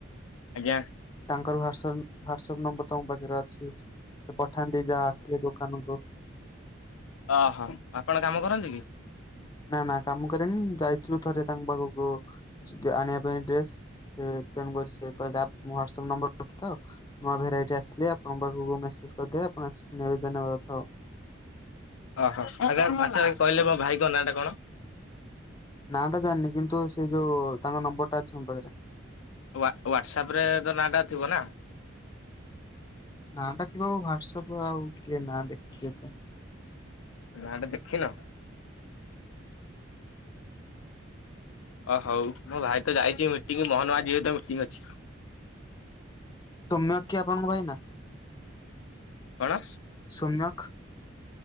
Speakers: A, on the left (about 85°); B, on the left (about 20°).
A: ଆଜ୍ଞା।
B: ତାଙ୍କର ହ୍ୟ। ଟସପ ହ୍ୟାଟସପ ନମ୍ବର ତ ମୋ ପାଖରେ ଅଛି। ପଠାନ୍ତି ଯାହା ଆସିଲେ ଦୋକାନକୁ
A: ଓହୋ ଆପଣ କାମ କରନ୍ତି କି
B: ନା ନା କାମ କରେନି ଯାଇଥିଲୁ ଥରେ ତାଙ୍କ ପାଖକୁ ଆଣିବା ପାଇଁ ଡ୍ରେସ ତେଣୁ କରି ସେ କହିଲା ହାଟସପ ନମ୍ବର ରଖି ନୂଆ ଭେରାଇଟି ଆସିଲେ ଆପଣଙ୍କ ପାଖକୁ ମେସେଜ ସଧ ଆପଣ ନବେଦନବାଥାଉ <inaudible>
A: ଓହୋ ଆା ପାଛ କହିଲେ ମୋ ଭାଇଙ୍କ ନାଁ ଟା କଣ
B: ନା ଟା ଜାଣିନି କିନ୍ତୁ ସେ ଯୋଉ ତାଙ୍କ ନମ୍ବର ଟା ଅଛି ମୋ ପାଖରେ।
A: ହ୍ଵାଟସପରେ ତ ନାଟା ଥିବ ନା।
B: ନା ଟା ଥିବ ହାଟସପ ଆଉ କିଏ ନା ଦେଖି ଏତେ,
A: ନାଟା ଦେଖିନ? ଓ ହଉ ମୋ ଭାଇ ତ ଯାଇଛି ମିଟିଂ ମୋହନ ମାଝି ସହିତ ମିଟିଙ୍ଗ ଅଛି
B: ସୋମ୍ୟକ୍ କି ଆପଣଙ୍କ ଭାଇ ନା?
A: କଣ?
B: ସୋମ୍ୟକ୍?